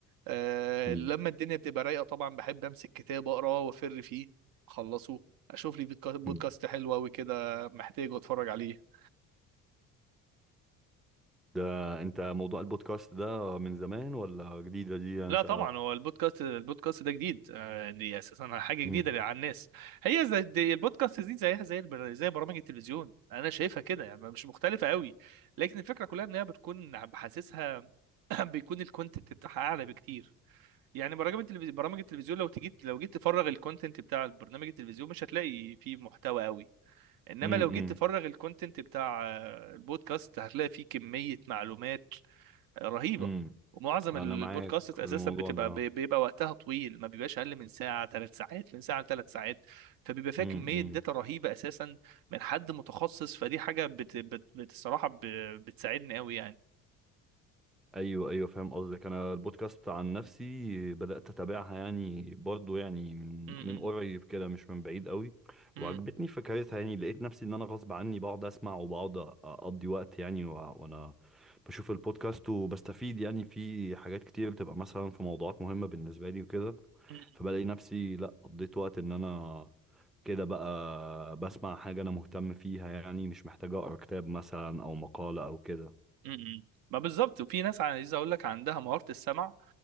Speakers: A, on the right; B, in the centre.
A: آه
B: مم.
A: لما الدنيا بتبقى رايقه طبعا بحب امسك كتاب اقراه وافر فيه اخلصه اشوف لي بودكا- بودكاست
B: مم.
A: حلو قوي كده محتاجه اتفرج عليه
B: ده انت موضوع البودكاست ده من زمان ولا جديدة دي
A: لا
B: انت
A: طبعا هو البودكاست البودكاست ده جديد آه، دي اساسا حاجه جديده
B: امم
A: على الناس هي زي دي البودكاست دي زيها زي البر- زي برامج التلفزيون انا شايفها كده يعني مش مختلفه قوي لكن الفكره كلها ان هي بتكون بحاسسها <coughs> <clears throat> بيكون الكونتنت بتاعها اعلى بكتير يعني برامج التلفزيون برامج التلفزيون لو تجيت لو جيت تفرغ الكونتنت بتاع البرنامج التلفزيون مش هتلاقي فيه محتوى قوي انما
B: امم
A: لو جيت تفرغ الكونتنت بتاع آه، البودكاست هتلاقي فيه كمية معلومات آه، رهيبة
B: امم
A: ومعظم
B: انا
A: ال-
B: معاك
A: البودكاست
B: في
A: اساسا
B: الموضوع
A: بتبقى
B: ده
A: بي- بيبقى وقتها طويل ما بيبقاش اقل من ساعة ثلاث ساعات من ساعة ثلاث ساعات فبيبقى فيها
B: مم.
A: كمية داتا رهيبة اساسا من حد متخصص فدي حاجة بت بت بت- الصراحة ب- بتساعدني قوي يعني
B: ايوه ايوه فاهم قصدك انا البودكاست عن نفسي بدات اتابعها يعني برضو يعني من
A: م- م-
B: من قريب كده مش من بعيد قوي
A: م-
B: وعجبتني فكرتها يعني لقيت نفسي ان انا غصب عني بقعد اسمع وبقعد أ- اقضي وقت يعني وع- وانا بشوف البودكاست وبستفيد يعني في حاجات كتير بتبقى مثلا في موضوعات مهمه بالنسبه لي وكده
A: م-
B: فبلاقي نفسي لا قضيت وقت ان انا كده بقى بسمع حاجه انا مهتم فيها يعني مش محتاج اقرا كتاب مثلا او مقاله او كده
A: م-م. ما بالظبط وفي ناس عايز اقول لك عندها مهارة السمع